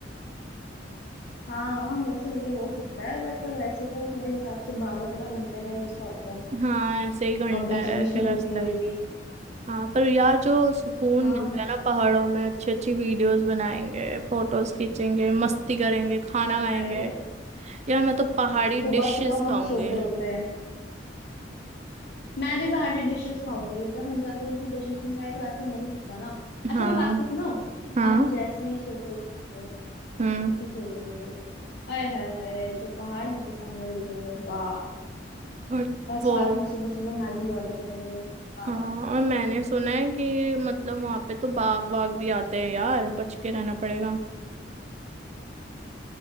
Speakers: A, on the left; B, on the right.
A: हाँ वैसे ये हो सकता है बट वैसे तो मेरे हिसाब से बारह तेरह घंटे का ही रास्ता होता है
B: हाँ ऐसे ही घंटा
A: और बीच
B: है
A: बीच
B: के
A: में
B: रास्ता
A: रुकेंगे
B: है
A: भी
B: हाँ पर यार जो सुकून
A: हाँ
B: मिलता
A: बीच
B: है ना
A: में
B: पहाड़ों में अच्छी अच्छी वीडियोस बनाएंगे फोटोज खींचेंगे मस्ती करेंगे खाना
A: हाय
B: खाएंगे
A: हाय
B: यार मैं तो पहाड़ी डिशेस
A: सुबह सुबह
B: खाऊंगी
A: हम सो के उठ रहे हैं मैं भी बाहरी डिशेस खाऊंगी उत्तराखंड जाकर उनकी डिशेस नहीं खाई तो ऐसे हो नहीं सकता ना अच्छा
B: हाँ
A: मेरी बात तो सुनो
B: हाँ
A: हम जैसे ही सो के उठेंगे खिड़की
B: हम्म
A: खोलेंगे आय हाय हाय जो पहाड़ हमें सामने दिखेंगे वाह
B: और
A: और साथ
B: वो
A: में सुबह सुबह मैगी ऑर्डर करेंगे वाह
B: हाँ
A: वाह वाह
B: और मैंने सुना है कि मतलब वहां पे तो बाघ वाघ भी आते हैं यार बच के रहना पड़ेगा